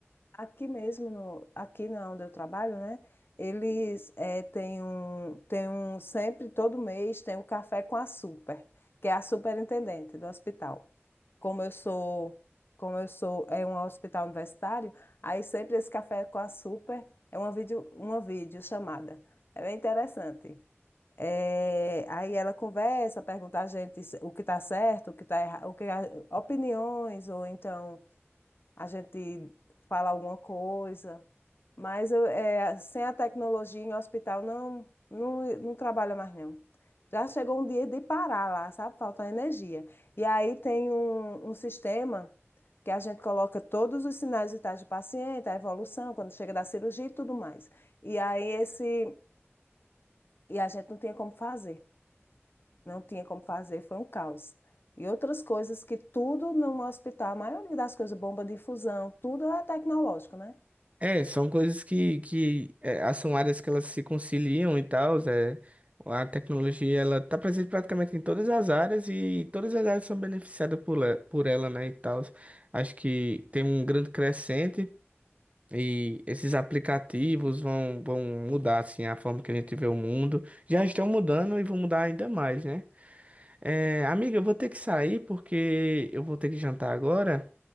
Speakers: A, on the left; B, on the right.
A: Aqui mesmo, no, aqui na onde eu trabalho, né? Eles eh, têm um, têm um, sempre, todo mês, tem o café com a super, que é a superintendente do hospital. Como eu sou, como eu sou, é um hospital universitário, aí sempre esse café com a super é uma vídeo, uma videochamada. É bem interessante. É, aí ela conversa, pergunta a gente se- o que está certo, o que está errado, o que a- opiniões, ou então a gente fala alguma coisa. Mas eu, é, sem a tecnologia em hospital, não, não, não trabalha mais não. Já chegou um dia de parar lá, sabe? Falta energia. E aí tem um, um sistema que a gente coloca todos os sinais vitais do paciente, a evolução, quando chega da cirurgia e tudo mais. E aí esse, e a gente não tinha como fazer não tinha como fazer, foi um caos. E outras coisas que tudo no hospital, a maioria das coisas, bomba de infusão, tudo é tecnológico, né?
B: É, são coisas que, que é, ah, são áreas que elas se conciliam e tal. É, a tecnologia ela tá presente praticamente em todas as áreas e todas as áreas são beneficiadas por, le- por ela, né, e tal. Acho que tem um grande crescente e esses aplicativos vão, vão mudar assim a forma que a gente vê o mundo. Já estão mudando e vão mudar ainda mais, né? É, amiga, eu vou ter que sair porque eu vou ter que jantar agora.